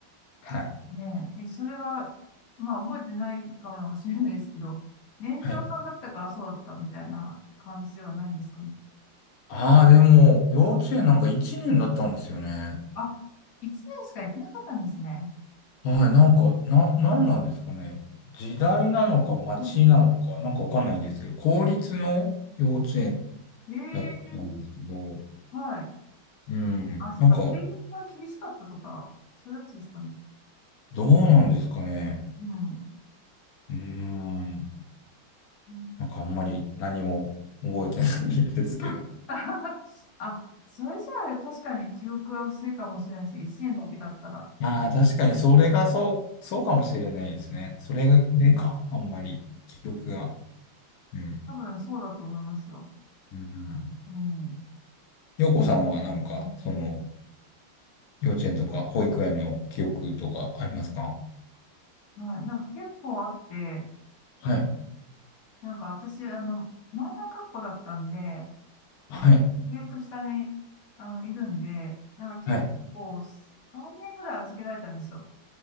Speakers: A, on the left; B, on the left.
A: はい。
B: ねえ。え、それは、まあ覚えてないかもしれないですけど、年長さんだったからそうだったみたいな感じではないんですかね。
A: はい。ああ、でも、幼稚園なんか1年だったんですよね。
B: あ、1年しかやってなかったんですね。
A: はい、なんか、な、なんなんですかね。時代なのか街なのか、
B: うん、
A: なんかわかんないんですけど、公立の幼稚園
B: はい。
A: だったんですけど、
B: ええはい。
A: うん、
B: あ、そうか。
A: なんか、
B: 定員が厳しかったとか、そういうやつですかね。
A: どうなんですかね。
B: うん。
A: うん、
B: うん
A: なんかあんまり何も覚えてないんですけど。
B: <laughs> あ、それじゃあ確かに記憶は薄いかもしれないですね。1年だけだったら。
A: ああ、確かにそれがそう、そうかもしれないですね。それがでか、あんまり記憶が。うん、
B: 多分そうだと思いますよ。
A: うん。
B: うん。うん
A: 洋子さんはなんか、
B: うん
A: その、幼稚園とか保育園の記憶とかありますか
B: うんはい。なんか結構あって、
A: はい
B: なんか私、あの、真ん中っ子だったんで、
A: はい。
B: あ、上と下に、あの、いるんで、なんか結構3年ぐらい預けられたんですよ。
A: はい。